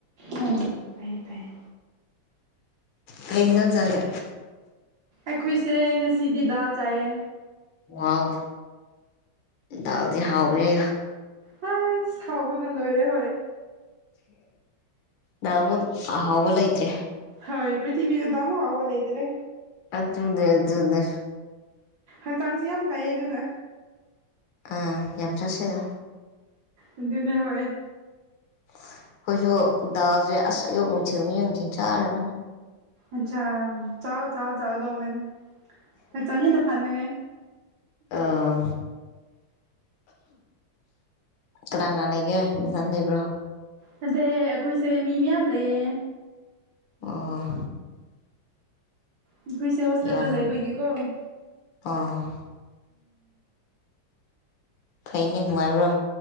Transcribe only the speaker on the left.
ꯀꯩ꫰ꯑꯦꯟꯁꯡ ꯆꯥꯒꯦ
ꯋꯥꯎ ꯗꯥꯜꯗꯤ ꯍꯥꯎꯕꯅꯦ
ꯗꯥꯜꯃꯨꯛ ꯑꯍꯥꯎꯕ ꯂꯩꯇ꯭ꯔꯦ
ꯑꯗꯨꯅꯦ ꯑꯗꯨꯅꯦ ꯑꯗꯨ ꯑꯗꯨꯅꯦ
ꯑꯥ ꯌꯥꯝ ꯆꯥꯁꯤꯟ ꯂꯨ
ꯑꯩꯈꯣꯏꯖꯨ ꯗꯥꯜ ꯁꯦ ꯑꯁ ꯑꯌꯨꯛ ꯅꯨꯡꯊꯤꯟ ꯑꯌꯨꯛ ꯅꯨꯡꯊꯤꯟ ꯆꯥꯔꯕꯅꯦ
ꯑꯥ ꯀꯅꯥ ꯀꯅꯥ ꯂꯩꯒꯦ ꯅꯊꯟ ꯂꯩꯕ꯭ꯔꯣ
ꯑꯣ
ꯌꯥ
ꯑꯣ ꯐꯩꯅꯦ ꯅꯨꯡꯉꯥꯏꯕ꯭ꯔꯣ